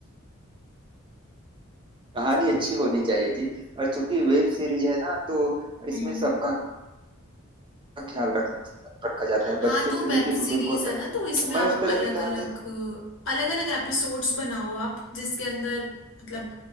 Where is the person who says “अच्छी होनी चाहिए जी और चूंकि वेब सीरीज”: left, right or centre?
Right